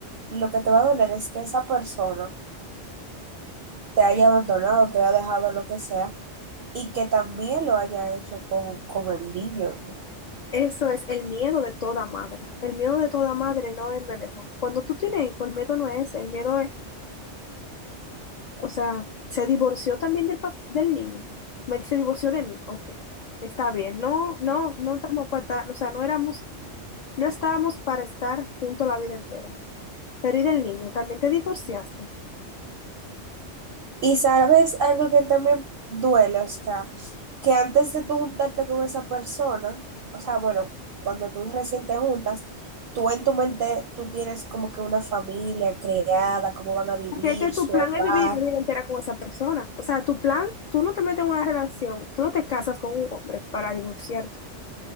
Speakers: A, on the right; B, on the left.
A: Y lo que te va a doler es que esa persona te haya abandonado, te haya dejado lo que sea, y que también lo haya hecho con, con el niño.
B: Eso es el miedo de toda madre. El miedo de toda madre no es me dejó. Cuando tú tienes hijo, el miedo no es, ese, el miedo es O sea, se divorció también del, pap- del niño. Me se divorció de mí. Ok, está bien. No, no, no estamos para estar- o sea, no éramos, no estábamos para estar juntos la vida entera. Pero ¿y del niño? También te divorciaste.
A: Y sabes algo que también duele, o sea, que antes de tú juntarte con esa persona, o sea, bueno, cuando tú recién te juntas, tú en tu mente, tú tienes como que una familia creada, cómo van a vivir,
B: Porque es que tu
A: su
B: plan
A: hogar,
B: es vivir la vida entera con esa persona. O sea, tu plan, tú no te metes en una relación, tú no te casas con un hombre para divorciarte.